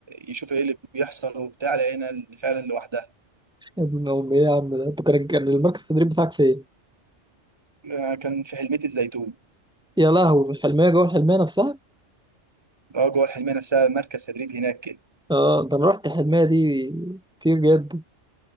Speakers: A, on the right; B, in the centre.
A: يشوف ايه اللي بيحصل وبتاع لقينا فعلا لوحدها
B: يا ابن امي ايه يا عم ده انت كان كان المركز التدريب بتاعك فين
A: آه، كان في حلمية الزيتون
B: يا لهوي في الحلمية جوه الحلمية نفسها
A: اه جوه الحلمية نفسها مركز تدريب هناك كده
B: اه ده انا رحت الحلمية دي كتير جدا